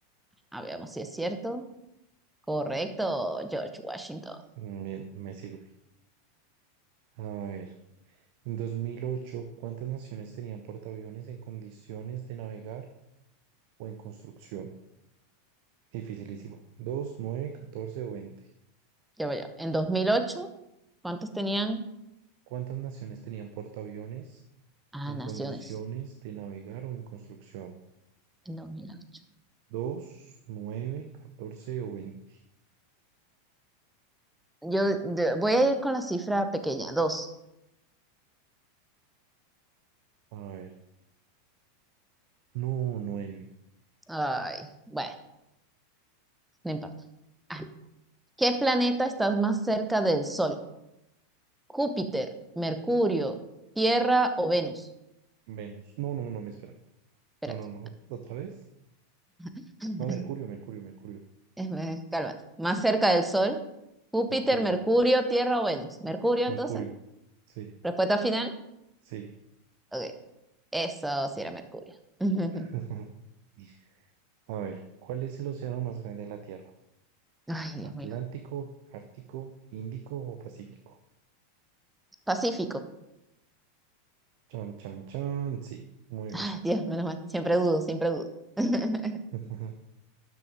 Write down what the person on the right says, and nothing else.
Mm, Bien, me sirve. A ver, en 2008, ¿cuántas naciones tenían portaaviones en condiciones de navegar o en construcción. Dificilísimo. 2, 9, 14 o 20.
¿Cuántas naciones tenían portaaviones
en
condiciones de navegar o en construcción?
2, 9, 14 o 20.
A ver, no, nueve
Venus. No, no, no, me espera.
No, no, no. ¿Otra vez?
No, Mercurio, Mercurio, Mercurio,
Mercurio,
Mercurio.
Sí,
sí.
<laughs> Y, A ver, ¿cuál es el océano más grande de la Tierra?
¿Atlántico,
Ártico, Índico o Pacífico?
Chan, chan, chan. Sí, muy
bien.
<laughs>